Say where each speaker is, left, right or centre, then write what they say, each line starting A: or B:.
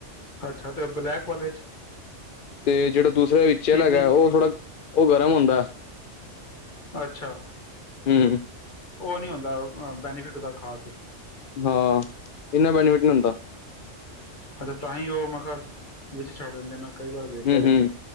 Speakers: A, on the left; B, on the left.
A: ਅੱਛਾ ਤੇ ਬਲੈਕ ਵਾਲੇ ਚ
B: ਤੇ ਜਿਹੜਾ ਦੂਸਰੇ ਵਿਚ
A: ਪੀਲੀ
B: ਵਾਲਾ ਹੈਗਾ ਉਹ ਥੋੜਾ ਉਹ ਗਰਮ ਹੁੰਦਾ
A: ਅੱਛਾ
B: ਹਮ
A: ਨਹੀ ਹੁੰਦਾ ਬੈਨੀਫਿਟ ਉਹਦਾ ਖਾ ਕੇ
B: ਹਾਂ ਇੰਨਾ ਬੈਨੀਫਿਟ ਨਹੀ ਹੁੰਦਾ
A: ਹ ਤਾਂਹੀ ਉਹ ਮੈਂ ਕਿਹਾ ਵਿੱਚ ਛੱਡ ਦਿੰਦੇ ਮੈਂ ਕਈ ਵਾਰ ਦੇਖਿਆ
B: ਹਮ ਹਮ